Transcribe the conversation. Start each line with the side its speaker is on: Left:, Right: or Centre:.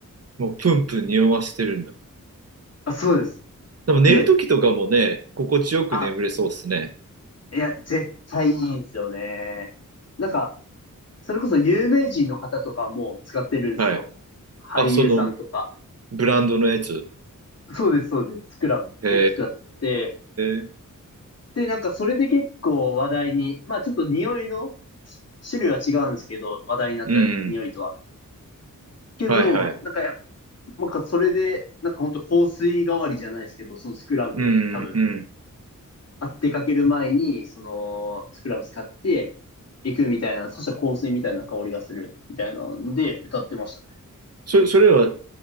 Right: もうプンプン匂わせてるんだ。
Left: あ、そうです。
Right: でも寝るときとかもね、
Left: で、
Right: 心地よく眠れそうっすね。
Left: あ、いや、絶対いいんですよね。なんか、それこそ有名人の方とかも使ってるんですよ。
Right: はい。
Left: 俳優さんとか。
Right: あ、そのブランドのやつ。
Left: そうです、そうです。スクラブを使って。
Right: へえ。
Left: で、なんかそれで結構話題に、まあちょっと匂いの種類は違うんですけど、話題になった匂いとは。
Right: うん。
Left: けど、
Right: はいはい。
Left: なんかやっなんかそれで、なんか本当香水代わりじゃないですけど、そのスクラブを多分、
Right: うん、うん。
Left: あ出かける前に、そのスクラブ使って行くみたいな、そしたら香水みたいな香りがするみたいなので歌ってましたね。
Right: そ、それは